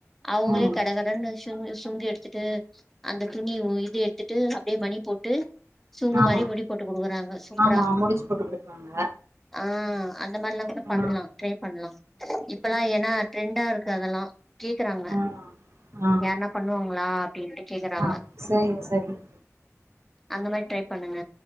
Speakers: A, in the centre; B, on the right (about 60°).
A: அவங்களே
B: ம்
A: கட கடன்னு சு சுங்கு எடுத்துட்டு அந்த துணி உ இது எடுத்துட்டு அப்டியே மணிப்போட்டு சுங்கு
B: ஆமா
A: மாரி முடி போட்டு குடுக்குறாங்க சூப்பரா
B: ஆமா முடிச்சு போட்டு குடுப்பாங்க
A: ஆஹ் அந்த மாரில்லாங்கூட
B: ஆ
A: பண்லா ட்ரை பண்லா இப்பல்லா ஏன்னா ட்ரெண்டா இருக்கா எல்லா கேக்குறாங்க
B: ஆ ஆமா சரிங்க ஆ ஆ
A: யார்னா பண்ணுவாங்களா டீன்ட்டு கேக்கறாங்க
B: ஆ சரிங்க சரிங்க
A: அந்த மாரி ட்ரை பண்ணுங்க